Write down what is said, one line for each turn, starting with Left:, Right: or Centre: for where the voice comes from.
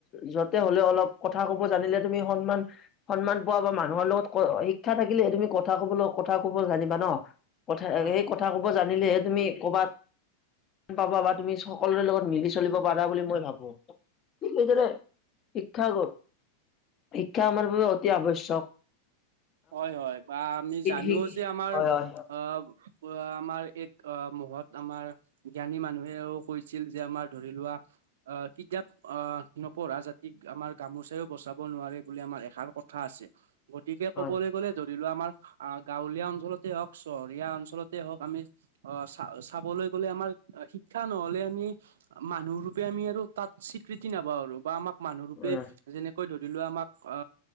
Left: যতে হ'লে অলপ কথা ক'ব জানিলে তুমি সন্মান, সন্মান পোৱা বা মানুহ ত, লগত শিক্ষা থাকিলে, তুমি কথা কব, কথা কব জানিবা ন, কথা
Right: হয়
Left: সেই কথাব যে, তুমি ক'ৰবাত গ, পাবা বা তুমি সকলোৰে লগত মিলি, চলিব পাৰা বুলি মই ভাবো সেই শিক্ষা, শিক্ষা আমাৰ বাবে অতি আৱশ্যয়ক।
Right: হয়, হয় বা আমি জানো
Left: সেই
Right: যে, আমাৰ
Left: হয় হয়
Right: অ'। আমাৰ এক অ, মহত আমাৰ জ্ঞানী মানুহেও কৈছিল যে, আমাৰ ধৰি লোৱা আহ কিতাপ আ, নপঢ়া যাতিক আমাৰ গামোচাও বচাব নোৱাৰে বুলি আমাৰ এষাৰ কথা আছে। গতিকে
Left: হয়
Right: ক'বলে গ'লে যদ ৰি লোৱা আমাৰ আ, গাঁৱলীয়া অঞ্চলতে হওঁক চহৰীয়া অঞ্চলতে হওঁক আমি অ, চা-চাবলৈ <unintelligible> আমাৰ আ, শিক্ষা নহ'লে আমি মানুহ ৰূপে আমি আৰু তাত স্বীকৃতি নাপাওঁ আৰু বা আমাক মানুহ ৰূপে
Left: হয়
Right: যেনেকৈ ধৰি লোৱা আমাক আ,